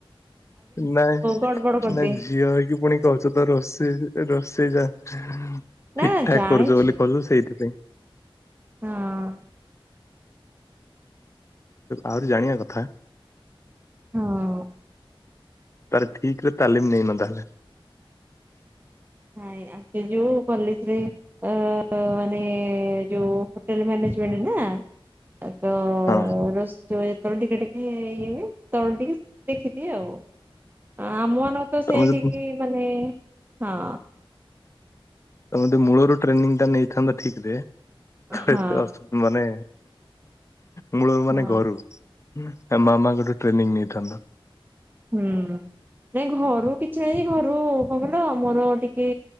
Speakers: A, on the left (about 30°); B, on the right (about 20°).
A: ନାଇ
B: ଗଡବଡ କରିଦିଏ।
A: ନାଇ ଝିଅ ହେଇକି ପୁଣି କହୁଛ ତ ରୋଷେଇ ରୋଷେଇ ଯା ଠିକ
B: ନା ନା
A: ଠାକ
B: ଜାଣିଛି
A: କରୁଛ ବୋଲି କହିଲୁ ସେଇଥିପାଇଁ।
B: ହଁ
A: ଆହୁରି ଜାଣିବା କଥା।
B: ହଁ
A: ତାର ଠିକ ରେ ତାଲିମ ନେଇନ ତାହେଲେ।
B: ନାଇଁ ଆଗ ଯୋଉ କଲେଜରେ ଅ ମାନେ ଯୋଉ ହୋଟେଲ ମ୍ୟାନେଜମେଣ୍ଟ ନା ତ
A: ହଁ
B: ର ଯେତେବେଳେ ଟିକେ ଟିକେ ଇଏ ହୁଏ ସେତେବେଳେ ଟିକେ ଦେଖିଦିଏ ଆଉ ଆ ଆମ ମାନ ତ
A: ତମେ
B: ସେଠିକି
A: ଯଦି
B: ମାନେ ହଁ
A: ତେ ମୂଳରୁ ଟ୍ରେନିଂ ଟା ନେଇଥାନ୍ତା ଠିକ ରେ। ତ
B: ହଁ
A: ଏତେ ମାନେ ମୂଳ ମାନେ
B: ହଁ।
A: ଘରୁ ୟା ମାମା ଗୋଟେ ଟ୍ରେନିଂ ନେଇଥାନ୍ତା।
B: ହୁଁ ନାଇଁ ଘରୁ କିଛି ନାଇଁ ଘରୁ କଣ କିଲ ଆମର ଟିକେ